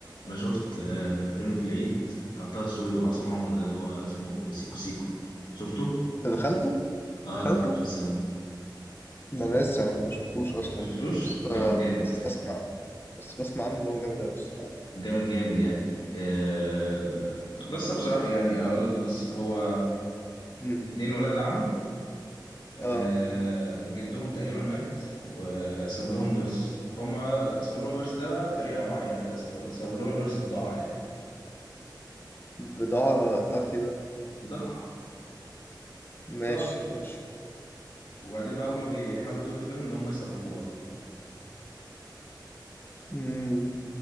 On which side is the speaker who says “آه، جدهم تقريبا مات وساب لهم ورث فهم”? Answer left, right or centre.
Left